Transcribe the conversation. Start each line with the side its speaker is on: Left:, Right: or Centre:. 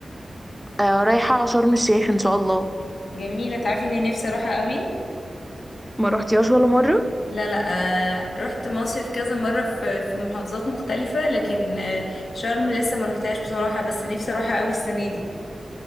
Centre: آه رايحة شرم الشيخ إن شاء الله
Left: جميلة تعرفي اني نفسي اروحها قوي
Centre: ما رحتيهاش ولا مرة؟
Left: لا لا آه رحت مصيف كذا مرة في في محافظات مختلفة لكن آه شرم لسه ما روحتهاش بصراحة بس نفسي اروحها قوي السنة دي